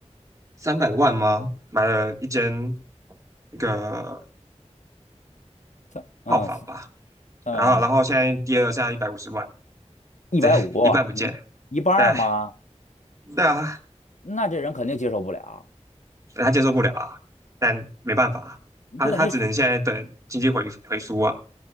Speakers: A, on the right; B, on the left.
A: 三百万吗？买了一间那个
B: 三嗯三
A: 套房吧，
B: 三百万，
A: 然后然后现在跌了，现在一百五十万，
B: 一百五一一半儿嘛，
A: 这 <laughs> 一半不见。对对啊，
B: 那这人肯定接受不了。
A: 他接受不了啊，但没办法，他他只能现在等经济回回苏啊，
B: 对你